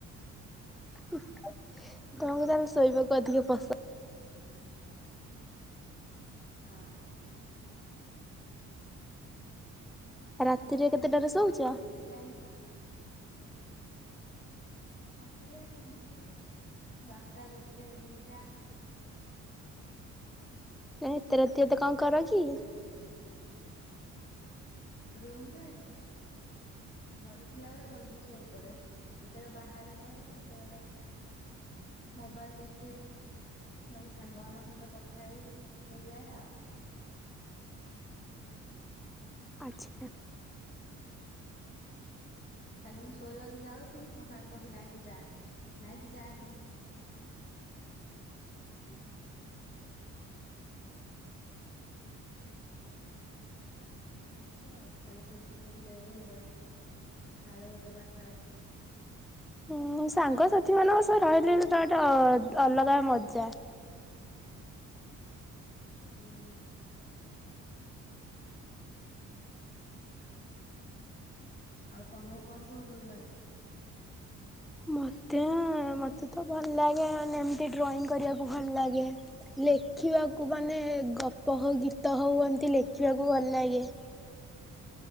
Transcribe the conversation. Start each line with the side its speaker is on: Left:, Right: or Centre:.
Centre: <inaudible> ତମୁକୁ ତାହେଲେ ଶୋଇବାକୁ ଅଧିକ ପସନ୍ଦ?
Left: ହଁଅଁ
Centre: ରାତିରେ
Left: ଏଠି ବସିଥିବି
Centre: କେତେଟାରେ
Left: ବି
Centre: ଶୋଉଛ?
Left: ମୋର, ପିଲା ଏମିତି ବସ୍ ରାତିରେ ଏମିତି, ବାରଟା ଗୋଟେ ଦିଟା <inaudible>
Centre: ଏଁ, ଏତେ ରାତି ଏତେ କଣ କର କି?
Left: ରୁମ ରେ? ଘରେ ଥିଲାବେଳେ ଜଲଦି ଶୋଇପଡେ, ଯେତେବେଳେ ବାହାରେ ରହେ ସେତେବେଳେ ମୋବାଇଲ୍ ଦେଖେ, ନହେଲେ ସାଙ୍ଗମାନଙ୍କ ସହିତ କଥା ହେଇ ହେଇଯାଏ ଆଉ।
Centre: ଆଚ୍ଛା
Left: କାଲି ମୁଁ ଶୋଇବାକୁ ଯାଉଛି ମୋ ସାଙ୍ଗ କହୁଚି ନାଇଁ ତୁ ଯାନି ନାଇଁ ତୁ ଯାନି ହିଁହିଁ। ଏମିତି ଆଉ, କାଲି ସେଇଥି ଯୋଗୁ ଲେଟ୍ ହେଇଗଲା ସାଢେ ଗୋଟେ ପାଖାପାଖି
Centre: ଉଁ ସାଙ୍ଗସାଥି ମାନଙ୍କ ସହ ରହିଲେ ସେଇଟା ଗୋଟେ ଅଲଗା ମଜା <inaudible>
Left: ହୁଁଉଁ ଆଉ ତମକୁ କଣ ସବୁ ଭଲ ଲାଗେ?
Centre: ମତେଏ, ମତେ ତ ଭଲ ଲାଗେ ମାନେ‌ଏମତି ଡ୍ରଇଂ କରିବାକୁ ଭଲ ଲାଗେ, ଲେଖିବାକୁ ମାନେ ଗପ ହଉ ଗୀତ ହଉ ଏମତି ଲେଖିବାକୁ ଭଲ ଲାଗେ <inaudible>